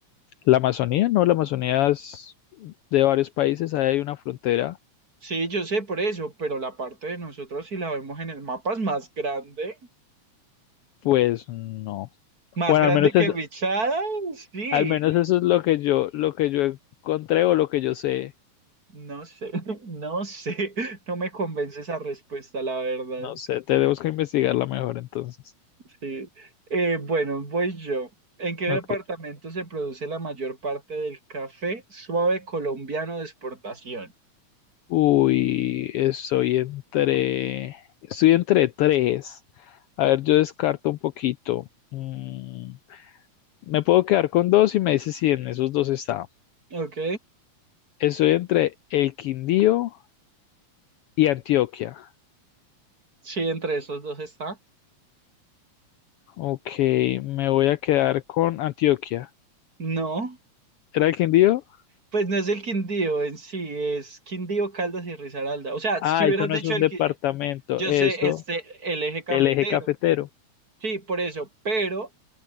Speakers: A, on the left (about 80°); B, on the right (about 30°).
A: La Amazonía, no, la Amazonía es de varios países, ahí hay una frontera,
B: Sí, yo sé por eso, pero la parte de nosotros, si la vemos en el mapa, es más grande.
A: pues no.
B: Más
A: Bueno,
B: grande
A: al menos
B: que
A: es,
B: Bichada, sí.
A: al menos eso es lo que yo, lo que yo encontré o lo que yo sé.
B: No sé, <laughs> no sé. No me convence esa respuesta, la verdad.
A: No sé, tenemos que investigarla mejor entonces.
B: Sí. Eh, bueno, voy yo. ¿En qué
A: Ok.
B: departamento se produce la mayor parte del café suave colombiano de exportación?
A: Uy, estoy entre. Estoy entre tres. A ver, yo descarto un poquito. Mm, me puedo quedar con dos y me dice si en esos dos está.
B: Ok.
A: Estoy entre el Quindío y Antioquia.
B: Sí, entre esos dos está.
A: Ok, me voy a quedar con Antioquia.
B: No.
A: ¿Era el Quindío?
B: Pues no es el Quindío en sí, es Quindío, Caldas y Risaralda. O sea,
A: Ah,
B: si hubieras
A: eso no
B: dicho
A: es un
B: el
A: departamento,
B: que yo
A: eso,
B: sé este el eje cafetero.
A: el eje cafetero.
B: Sí, por eso, pero